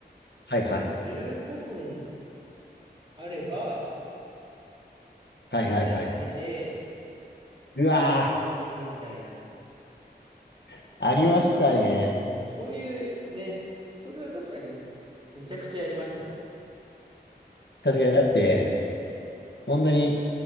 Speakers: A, on the left (about 85°); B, on the right (about 30°).
A: はいはい。
B: もう15分あれば校庭に出て、
A: はいはいはい。うわ
B: ドッジボールをするみたいな。
A: ー、ありましたね。
B: うん、そういうね、それは確かにめちゃくちゃやりましたね。
A: 確かに、だって、本当に、